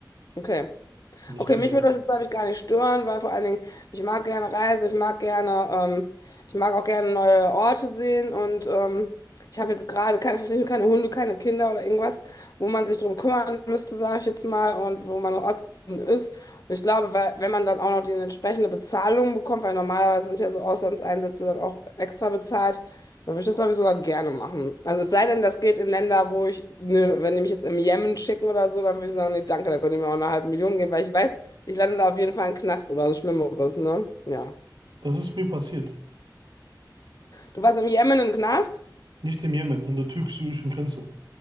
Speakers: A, on the left; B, on the right.
A: Okay.
B: Nicht
A: Okay,
B: für
A: mich
B: die Arbeit.
A: würde das jetzt, glaube ich, gar nicht stören, weil vor allen Dingen, ich mag gerne reisen, ich mag gerne, ähm, ich mag auch gerne neue Orte sehen und ähm, ich habe jetzt gerade keine Verpflichtung, keine Hunde, keine Kinder oder irgendwas, wo man sich drum kümmern müsste, sage ich jetzt mal, und wo man noch ortsgebunden ist. Und ich glaube, weil, wenn man dann auch noch die entsprechende Bezahlung bekommt, weil normalerweise sind ja so Auslandseinsätze dann auch extra bezahlt, Dann würde ich das, glaube ich, sogar gerne machen. Also es sei denn, das geht in Länder, wo ich, ne, wenn die mich jetzt im Jemen schicken oder so, dann würde ich sagen, nee, danke, da könnt ihr mir auch eine halbe Million geben, weil ich weiß, ich lande da auf jeden Fall im Knast oder was Schlimmeres, ne? Ja.
B: Das ist mir passiert.
A: Du warst im Jemen im Knast?
B: Nicht im Jemen, an der türkisch-syrischen Grenze.